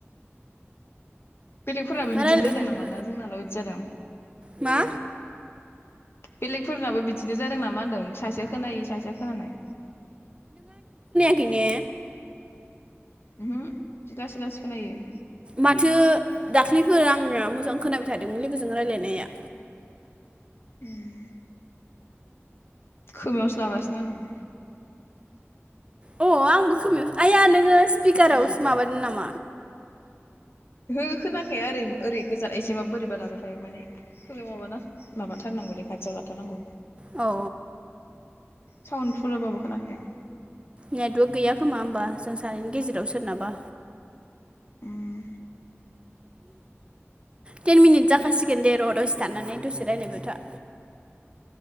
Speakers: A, on the left (about 60°); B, on the right (about 25°).
A: बेलेगफोराबो
B: मा
A: बिदिनो
B: रायलायबाय
A: जादों
B: थानो
A: नामा ना जोंनाल' इदि जादों
B: मा?
A: बेलेग फोरनाबो बिदिनो जादों नामा होनदों सासेया खोनायै सासेया खोनानाय
B: खैने
A: उहु जि लासै लासै खोनायो
B: माथो दाख्लैफोर आंना मोजां खोनाबाय थादोंमोन लोगोजों रायज्लायनाया
A: उम खोमायावसो लागासिनो आङो
B: अ आंबो खोमायावसो आइया नोङो स्पिकारावसो माबादों नाम
A: ओहो खोना थारखाया ओरै ओरै गोजान एसे बाबो बोरैबा लाबाथाय माने खोमायाव माबाना माबाथारनांगौलै खाथियाव लाथारनांगौ
B: औ
A: सावन फुल होबाबो खोनाखाया
B: नेटवर्क गैया खोमा होमबा जों सानैनि गेजेराव सोरनाबा
A: उम
B: टेन मिनिट जाखासिगोन दे र' दसे थानानै दसे रायलायबाय था